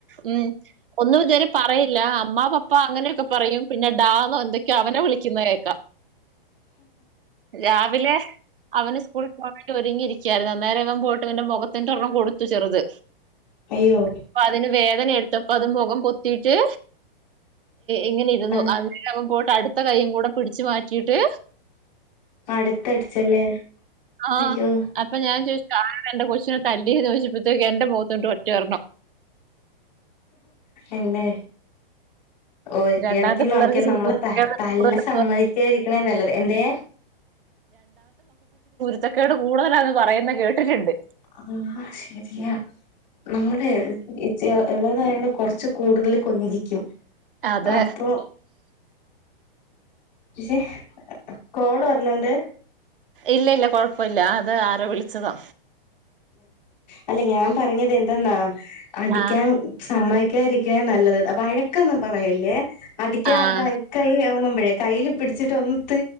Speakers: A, on the right; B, on the left.
A: ഉം ഒന്നും ഇതുവരെ പറയില്ല അമ്മ പപ്പ അങ്ങനെയൊക്കെ പറയും പിന്നെ ഡാന്നോ എന്തൊ ക്ക്യാ അവനെ വിളിക്കുന്നേ കേക്കാ രാ വിലേ അവന് സ്കൂളിൽ പോവാൻ വേണ്ടി ഒരുങ്ങിരി ക്ക്യാര്ന്ന് അന്നേര ഇവൻ പോയിട്ട് ഇവന്റെ മുഖത്തിന്റെ ഒരെണം കൊട്ത്ത് ചെറുത്
B: അയ്യോ
A: അപ്പ അതിന് വേദന എടു ഇപ്പ അതും മുഖം പൊത്തീറ്റ്. ഇങ്ങനെ ഇരുന്നു
B: ആഹ്
A: അത്. <unintelligible> അടുത്ത കയ്യും കൂടെ പിടിച്ചു മാറ്റിട്ട്
B: അടുത്തടിച്ചല്ലേ
A: ആഹ്
B: അയ്യോ
A: അപ്പ ഞാ ഞാൻ ചോയിച്ച് ആ എന്റെ കൊച്ചിനെ തല്ലിയന്ന് ചോദിച്ചപ്പോഴത്തേക്ക് എന്റെ പോത്തുണ്ട് ഒറ്റ ഒരെണം.
B: എന്നെ ഒ
A: രണ്ടാമത്തെ
B: ഇണക്കി
A: പിള്ളേർക്ക്
B: നോക്കിയാൽ
A: ഇച്ചിരി
B: നമ്മള്
A: കുരുത്തക്കേട്
B: ത തല്ല
A: കൂടുതലാ
B: സമ്മതിച്ചതിരിക്കണ നല്ലത് എന്തെ
A: രുത്തകേട് കൂടുതലാന്ന് പറയുന്നെ കേട്ടിട്ടിണ്ട്.
B: ആഹ ശരിയാ നമ്മള് ഉള്ളതായണ്ട് കുറച്ച് കൂടുതൽ കൊഞ്ചി ജിക്കും.
A: അത്
B: അപ്പോ പക്ഷേ കോള് വെർണണ്ട്.
A: ഇല്ല ഇല്ല കൊഴപ്പ ഇല്ല അത് ആരോ വിളിച്ചതാ.
B: അല്ലെ ഞാൻ പറഞ്ഞത് എന്തെന്നാ അടിക്കാൻ
A: ആഹ്
B: സമായിക്ക് ക്കെതിരിക്കാനാല്ലത് വഴക്കൊന്നും പറയല്ലേ അടിക്കാൻ
A: ആഹ്
B: കയ്യൊങ്ങും പ വെ കയ്യില് പിടിച്ച വെച്ചിട്ട ഒംത്ത്